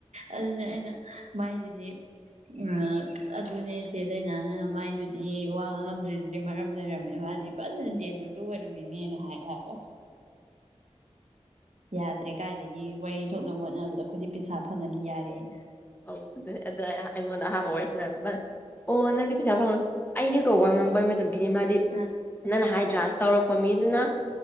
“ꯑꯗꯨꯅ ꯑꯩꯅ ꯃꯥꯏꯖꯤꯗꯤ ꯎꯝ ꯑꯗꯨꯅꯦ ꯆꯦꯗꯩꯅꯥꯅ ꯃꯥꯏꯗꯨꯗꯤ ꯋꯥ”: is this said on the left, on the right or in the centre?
Right